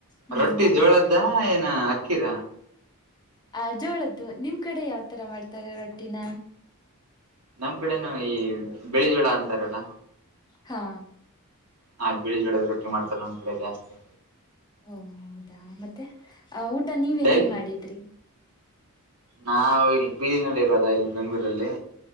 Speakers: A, on the left; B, on the right.
A: ಹ್ಮ್
B: ರೊಟ್ಟಿ ಜೋಳದ್ದ ಏನ ಅಕ್ಕಿದ
A: ಆ ಜೋಳದ್ದು ನಿಮ್ ಕಡೆ ಯಾವ್ತರ ಮಾಡ್ತಾರೆ ರೊಟ್ಟಿನ
B: ನಮ್ ಕಡೆನು ಈ ಬೆಳಿಜೋಳ ಅಂತಾರಲ್ಲ
A: ಹಾ
B: ಹಾ ಬಿಳಿ ಜೋಳದ ರೊಟ್ಟಿ ಮಾಡ್ತಾರೆ ನಮ್ ಕಡೆ ಜಾಸ್ತಿ
A: ಓ ಹೌದಾ ಮತ್ತೆ ಆ ಊಟ ನೀವ
B: ಡೈಲಿ
A: ಏನೇನ್ ಮಾಡಿದ್ರಿ
B: ನಾವು ಇಲ್ಲಿ ಪೀಜಿನಲ್ಲಿ ಇರೋದ ಇಲ್ಲಿ ಬೆಂಗಳೂರಲ್ಲಿ